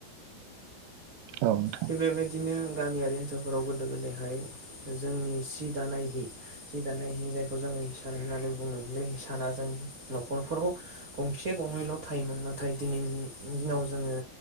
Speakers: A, on the right; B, on the right.
A: औ नोंथां औ नोंथां औ नोंथां औ नोंथां
B: थिग
A: औ नोंथां
B: बेबायदिनो गामियारि ओनसोलफोराव गोदो गोदायहाय जोंनि सि दानाय हि जि दानाय हि जायखौ जोङो हिसान होननानै बुङो बे हिसाना जों न'खरावफोराव गंसे गंनैल' थायोमोन नाथाय दिनैनि दिनाव जोङो